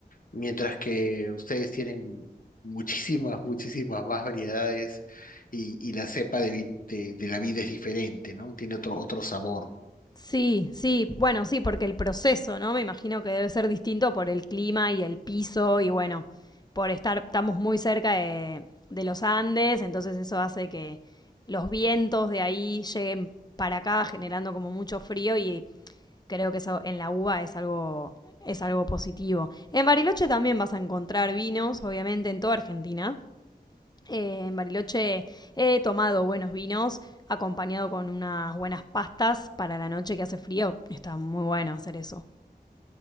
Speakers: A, on the left; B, on the left.
A: Mientras que ustedes tienen muchísimas, muchísimas más variedades y, y la cepa de, vi- de, de la vida es diferente, ¿no? Tiene otro, otro sabor.
B: Sí, sí, bueno, sí, porque el proceso, ¿no? Me imagino que debe ser distinto por el clima y el piso y bueno, por estar, estamos muy cerca de, de los Andes, entonces eso hace que los vientos de ahí lleguen para acá generando como mucho frío y creo que eso en la uva es algo, es algo positivo. En Bariloche también vas a encontrar vinos, obviamente, en toda Argentina. Eh, en Bariloche he tomado buenos vinos acompañado con unas buenas pastas para la noche que hace frío. Está muy bueno hacer eso.